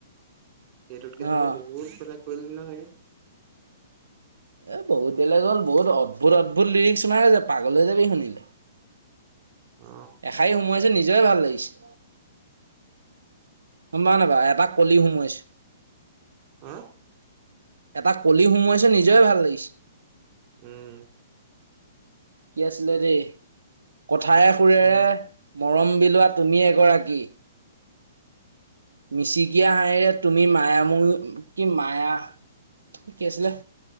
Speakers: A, on the right; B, on the right.
A: সেইটোতকে চাগে
B: অ'।
A: বহুত বেলেগ কৰিলি ন চাগে?
B: এ বহুত বেলেগ হ'ল। বহুত অদ্ভুত অদ্ভুত লিৰিক্স সোমাই আছে পাগল হৈ যাবি শুনিলে।
A: অ
B: এষাৰি সোমোৱাইছো নিজৰে ভাল লাগিছে। গম পাও নেপাও এটা কলি সোমোৱাইছোঁ।
A: হা?
B: এটা কলি সোমোৱাইছো নিজৰে ভাল লাগিছে।
A: উম।
B: কি আছিলে দেই কথায় সুৰেৰে
A: অ
B: মৰম বিলোৱা তুমি এগৰাকী মিচিকীয়া হাঁহৰে তুমি মায় মোৰ কি মায়া কি আছিলে